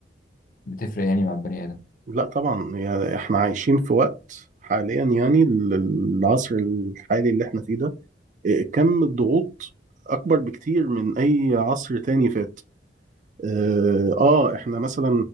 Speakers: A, on the left; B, on the right.
A: بتفرق يعني مع البني ادم
B: لا طبعا هي احنا عايشين في وقت حاليا يعني ال- العصر الحالي اللي احنا فيه ده إيه، كم الضغوط اكبر بكتير من اي عصر تاني فات اه آه، احنا مثلا